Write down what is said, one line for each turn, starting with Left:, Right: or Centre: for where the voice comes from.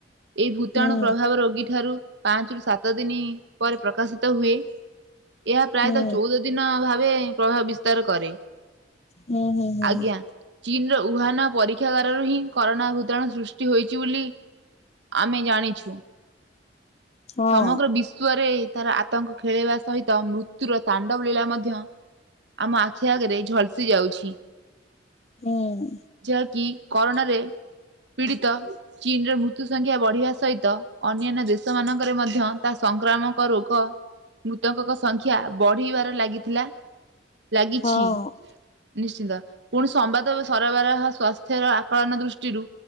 Right: ଏଇ ଭୂତାଣୁ
Left: ହୁଁ
Right: ପ୍ରଭାବ ରୋଗୀ ଠାରୁ ପାଞ୍ଚ ରୁ ସାତ ଦିନି ପରେ ପ୍ରକାଶିତ୍ ତ ହୁଏ ଏହା ପ୍ରାୟତ
Left: ହୁଁ
Right: ଚଉଦ ଦିନ ଭାବେ ପ୍ରଭାବିସ ତର କରେ
Left: ହୁଁ ହୁଁ ହୁଁ
Right: ଆଜ୍ଞା। ଚୀନ୍ ର ଉହାନା ପରୀକ୍ଷାଗାରା ରୁ ହିଁ କରୋନା ଭୂତାଣୁ ସୃଷ୍ଟି ହୋଇଚି ବୋଲି ଆମେ ଜାଣିଛୁ।
Left: ହଁ
Right: ସମଗ୍ର ବିଶ୍ୱରେ ତାର ଆତଙ୍କ ଖେଳେଇବା ସହିତ ମୃତ୍ୟୁର ତାଣ୍ଡବ ଲୀଳା ମଧ୍ୟ ଆମ ଆଖି ଆଗରେ ଝଲ୍ସି ଯାଉଚି।
Left: ହୁଁ।
Right: ଯାହାକି କରୋନାରେ ପୀଡ଼ିତ ଚୀନ ର ମୃତ୍ୟୁ ସଂଖ୍ୟା ବଢିବା ସହିତ ଅନ୍ୟାନ୍ୟ ଦେଶ ମାନଙ୍କରେ ମଧ୍ୟ ତା ସଂକ୍ରାମକ ରୋଗ ମୃତକଙ୍କ ସଂଖ୍ୟା ବଢିବାର ଲାଗିଥିଲା। ଲାଗିଛି
Left: ହଁ
Right: ନିଶ୍ଚିନ୍ତ ପୁଣି ସମ୍ବାଦ ବସ୍ ଥରବାରହ ସ୍ୱାସ୍ଥ୍ୟର ଆକଳନ ଦୃଷ୍ଟିରୁ